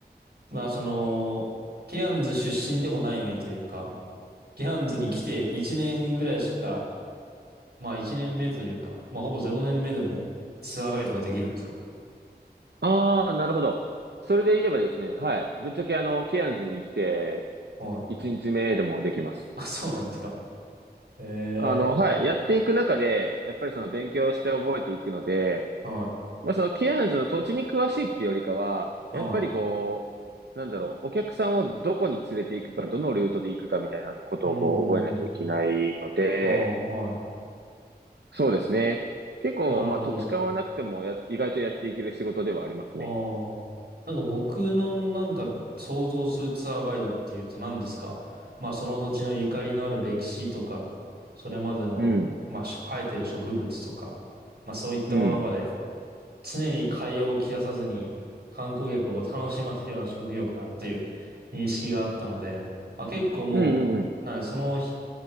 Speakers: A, on the right; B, on the right.
A: まあ、その、ケアンズ出身でもないのにというか、ケアンズに来て1年ぐらいしか、まあ1年目というか、まあほぼ0年目でもツアーガイドができるんですか
B: ああ、なるほど。それで言えばですね、はい。ぶっちゃけあの、ケアンズに来て、
A: はい。
B: 1日目でもできます。
A: あ、そうなんですか。ええ
B: あの、はい。やっていく中で、やっぱりその勉強して覚えていくので、
A: は
B: まあそのケアンズの土地に詳しいっていうよりかは、
A: い、
B: やっぱりこう、
A: はい。
B: なんだろう、お客さんをどこに連れて行くか、どのルートで行くかみたいなことをこう覚えなきゃいけないので、
A: うんうんうん。ああ、はい。
B: そうですね。結構、
A: なるほど。
B: まあ土地勘はなくてもや、意外とやっていける仕事ではありますね。
A: ああ。なんか僕のなんか想像するツアーガイドっていうと何ですかまあその土地のゆかりのある歴史とか、それまでの、
B: うん。
A: まあし生えてる植物とか、まあそういったものまで
B: うん。
A: 常に会話を切らさずに観光客を楽しませるような職業かなという認識があったので、あ、結構もう、
B: うんうんうん。
A: なんでその日